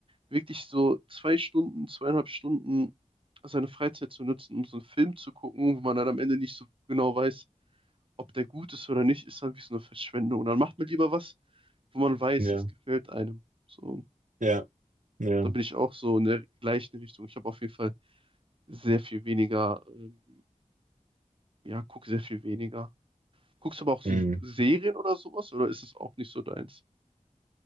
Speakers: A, on the right; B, on the right.
A: wirklich so zwei Stunden, zweieinhalb Stunden seine Freizeit zu nutzen, um so einen Film zu gucken, wo man dann am Ende nicht so genau weiß, ob der gut ist oder nicht, ist dann wie so eine Verschwendung. Und dann macht man lieber was, wo man weiß,
B: Ja,
A: das gefällt einem. So,
B: ja, ja.
A: da bin ich auch so in der gleichen Richtung. Ich habe auf jeden Fall sehr viel weniger, ähm, ja, gucke sehr viel weniger. Guckst du aber auch so
B: Hm.
A: Serien oder sowas oder ist es auch nicht so deins?